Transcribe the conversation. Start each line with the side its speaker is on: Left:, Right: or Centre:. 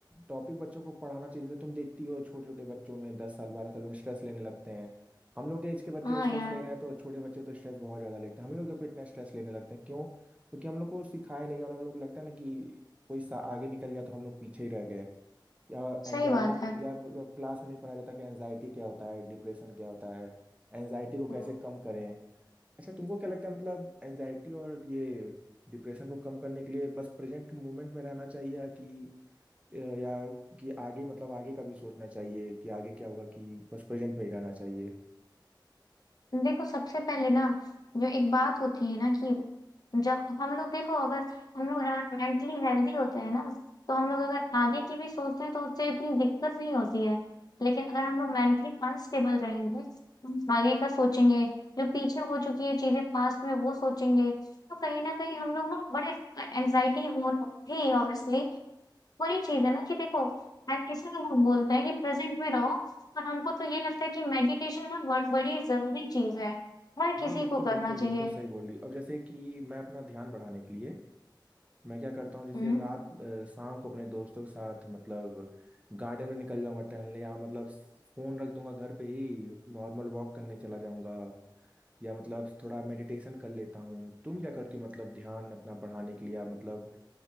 Right: टॉपिक बच्चों को पढ़ाना चाहिए जैसे तुम देखती हो छोटे छोटे बच्चों में दस साल बारह साल में स्ट्रेस लेने लगते हैं हम लोग के एज के बच्चे
Left: हाँ
Right: स्ट्रेस
Left: यार
Right: ले रहे हैं तो छोटे बच्चे तो स्ट्रेस बहुत ज्यादा लेते हैं हम ही लोग देखो इतना स्ट्रेस लेने लगते हैं क्यों क्योंकि हम लोग को सिखाया नहीं गया और हम लोग को लगता है ना कि कोई सा आगे निकल गया तो हम लोग पीछे ही रह गए या एनजाइटी
Left: सही बात है
Right: या लोग क्लास में नहीं पढ़ाया जाता कि एनजाइटी क्या होता है डिप्रेशन क्या होता है एनजाइटी को कैसे
Left: हम्म।
Right: कम करें अच्छा तुमको क्या लगता है मतलब एंजाइटी और ये डिप्रेशन को कम करने के लिए बस प्रेजेंट मोमेंट में रहना चाहिए या कि या कि आगे मतलब आगे का भी सोचना चाहिए कि आगे क्या होगा कि बस प्रेजेंट में ही रहना चाहिए
Left: देखो सबसे पहले ना जो एक बात होती है ना कि जब हम लोग देखो अगर हम लोग मेंटली हेल्दी होते हैं ना तो हम लोग अगर आगे की भी सोचते हैं तो उससे इतनी दिक्कत नहीं होती है लेकिन अगर हम लोग मेंटली अनस्टेबल रहेंगे हम आगे का सोचेंगे जो पीछे हो चुकी है चीजें पास्ट में वो सोचेंगे तो कहीं ना कहीं हम लोग ना बड़े एंजाइटी हो होगी ऑब्वियसली वही चीज है ना कि देखो हम इसीलिए लोग बोलते हैं कि प्रेजेंट में रहो पर हमको तो ये लगता है कि मेडिटेशन ना बहुत बड़ी जरूरी चीज है हर
Right: हाँ
Left: किसी
Right: बिल्कुल
Left: को
Right: बिल्कुल
Left: करना चाहिए
Right: बिल्कुल सही बोल रही हो। अब जैसे कि मैं अपना ध्यान बढ़ाने के लिए मैं क्या करता हूँ जैसे
Left: हम्म
Right: रात अ, शाम को अपने दोस्तों के साथ मतलब गार्डन में निकल जाऊंगा टहलने या मतलब फोन रख दूंगा घर पे ही नॉर्मल वॉक करने चला जाऊंगा या मतलब थोड़ा मेडिटेशन कर लेता हूँ तुम क्या करती हो मतलब ध्यान अपना बढ़ाने के लिए या मतलब